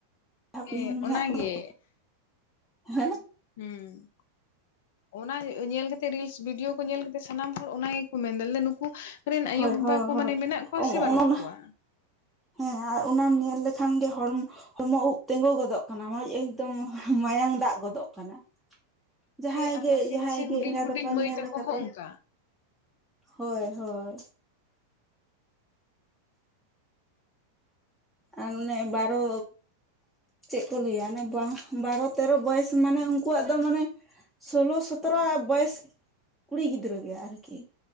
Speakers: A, in the centre; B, on the left.
A: <unintelligible>
B: ᱦᱮᱸ ᱚᱱᱟᱜᱮ ᱦᱩᱸ ᱚᱱᱟ ᱧᱮᱞ ᱠᱟᱛᱮᱜ ᱨᱤᱞᱥ ᱵᱷᱤᱰᱭᱳ ᱠᱚ ᱧᱮᱞ ᱠᱟᱛᱮ ᱥᱟᱱᱟᱢ ᱦᱚᱲ ᱚᱱᱟ ᱜᱮ ᱠᱚ ᱢᱮᱱ ᱫᱟ ᱱᱩᱠᱩ ᱨᱮᱱ ᱟᱭᱩ
A: ᱦᱳᱭ
B: ᱵᱟᱵᱟ
A: ᱦᱳᱭ
B: ᱠᱚ
A: ᱦᱳᱭ
B: ᱢᱟᱱᱮ ᱢᱮᱱᱟᱜ ᱠᱚᱣᱟ ᱥᱮ ᱵᱟᱹᱱᱩᱜ
A: ᱚᱱ
B: ᱠᱚᱣᱟ?
A: ᱦᱮᱸ ᱟᱨ ᱚᱱᱟᱢ ᱧᱮᱞ ᱞᱮᱠᱷᱟᱱ ᱜᱮ ᱦᱚᱲᱢᱚ ᱦᱚᱲᱢᱚ ᱩᱵ ᱛᱮᱜᱳ ᱜᱚᱫᱚᱜ ᱠᱟᱱᱟ <unintelligible> ᱮᱠᱫᱚᱢ ᱢᱟᱭᱟᱝ ᱫᱟᱜ ᱜᱚᱫᱚᱜ ᱠᱟᱱᱟ ᱾ ᱡᱟᱦᱟᱸᱭ
B: ᱦᱮᱸ ᱟᱨ
A: ᱜᱮ
B: ᱱᱟᱥᱮ
A: ᱡᱟᱦᱟᱸᱭ
B: ᱱᱟᱥᱮ ᱦᱩᱰᱤᱧ
A: ᱜᱮ ᱮᱸᱜᱟᱛ
B: ᱦᱩᱰᱤᱧ
A: ᱟᱯᱟᱛ
B: ᱢᱟᱹᱭ
A: ᱧᱮᱞ
B: ᱛᱟᱠᱚ
A: ᱠᱟᱛᱮ
B: ᱦᱚᱸ ᱚᱱᱠᱟ
A: ᱦᱳᱭ ᱦᱳᱭ ᱟᱨ ᱚᱱᱮ ᱵᱟᱨᱚᱼᱼ ᱪᱮᱫ ᱠᱚ ᱞᱟᱹᱭᱟ ᱚᱱᱮ <unintelligible> ᱵᱟᱨᱚ ᱛᱮᱨᱚ ᱵᱚᱭᱚᱥ ᱢᱟᱱᱮ ᱩᱱᱠᱩᱣᱟᱜ ᱫᱚ ᱢᱟᱱᱮᱼᱼ ᱥᱳᱞᱳ ᱥᱚᱛᱨᱚ ᱵᱚᱭᱮᱥ ᱠᱩᱲᱤ ᱜᱤᱫᱽᱨᱟᱹ ᱜᱮ ᱟᱨᱠᱤᱼᱼ